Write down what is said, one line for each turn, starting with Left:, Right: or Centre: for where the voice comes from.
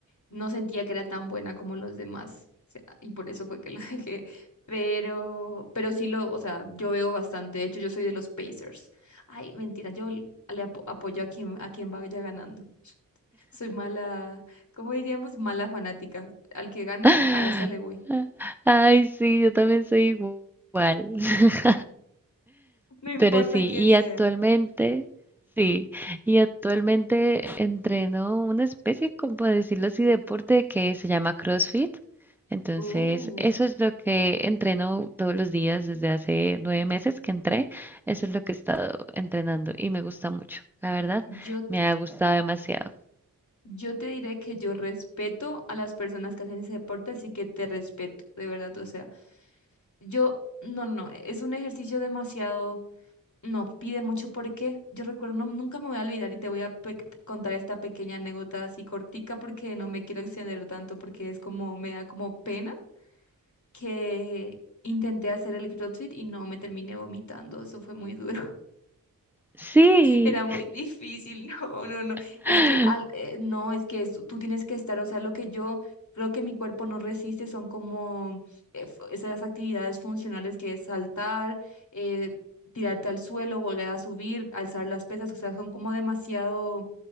Left: no sentía que era tan buena como los demás. o sea, y por eso fue que lo <laughs> dejé. Pero, pero sí lo, o sea, yo veo bastante. De hecho, yo soy de los Pacers. Ay, mentira, yo le apo- apoyo a quien, a quien vaya ganando. <laughs> Soy mala, ¿cómo diríamos? Mala fanática. Al que gana,
Centre: <laughs>
Left: a esa le voy.
Centre: Ay, sí, yo también soy igual. <laughs>
Left: <laughs> No importa
Centre: Pero sí,
Left: quién
Centre: y
Left: sea.
Centre: actualmente, sí, y actualmente entreno una especie, como decirlo así, deporte que se llama CrossFit. Entonces,
Left: Uh,
Centre: eso es lo que entreno todos los días desde hace nueve meses que entré. Eso es lo que he estado entrenando y me gusta mucho. La verdad,
Left: yo
Centre: me ha gustado demasiado.
Left: Yo te diré que yo respeto a las personas que hacen ese deporte, así que te respeto, de verdad. O sea, yo, no, no, no, es un ejercicio demasiado, no, pide mucho porque yo recuerdo, no- nunca me voy a olvidar y te voy a pe- contar esta pequeña anécdota así cortica porque no me quiero extender tanto porque es como, me da como pena que intenté hacer el CrossFit y no me terminé vomitando, eso fue muy duro.
Centre: Sí,
Left: Era muy difícil, <laughs> no, no, no.
Centre: <gasps>
Left: Es que, al-
Centre: <laughs>
Left: eh, no, es que es- tú tienes que estar, o sea, lo que yo creo que mi cuerpo no resiste son como eh, fu- esas actividades funcionales que es saltar, eh, tirarte al suelo, volver a subir, alzar las pesas, o sea, son como demasiado